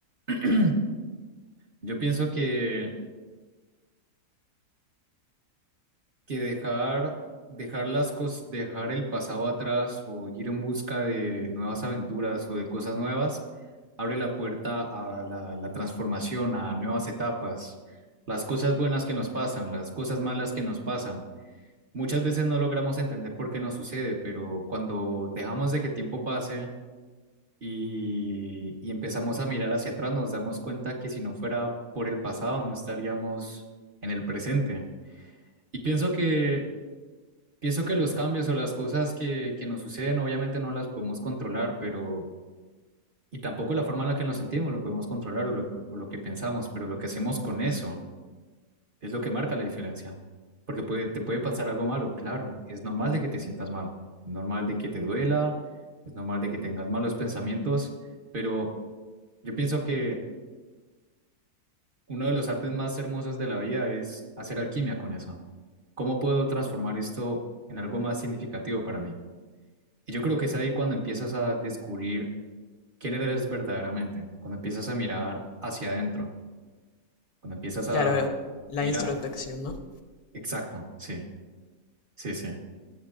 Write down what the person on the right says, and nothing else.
<clears throat> yo pienso que, que dejar, dejar las cosas, dejar el pasado atrás o ir en busca de nuevas aventuras o de cosas nuevas, abre la puerta a la, la transformación, a nuevas etapas, las cosas buenas que nos pasan, las cosas malas que nos pasan Muchas veces no logramos entender por qué nos sucede, pero cuando dejamos de que el tiempo pase y, y empezamos a mirar hacia atrás, nos damos cuenta que si no fuera por el pasado, no estaríamos en el presente. Y pienso que, pienso que los cambios o las cosas que, que nos suceden, obviamente no las podemos controlar, pero, y tampoco la forma en la que nos sentimos lo podemos controlar o lo, o lo que pensamos, pero lo que hacemos con eso Es lo que marca la diferencia. Porque puede, te puede pasar algo malo, claro. Es normal de que te sientas mal. Es normal de que te duela. Es normal de que tengas malos pensamientos. Pero yo pienso que uno de los artes más hermosos de la vida es hacer alquimia con eso. ¿Cómo puedo transformar esto en algo más significativo para mí? Y yo creo que es ahí cuando empiezas a descubrir quién eres verdaderamente. Cuando empiezas a mirar hacia adentro. Cuando empiezas a
mirar.
Exacto. Sí, sí, sí.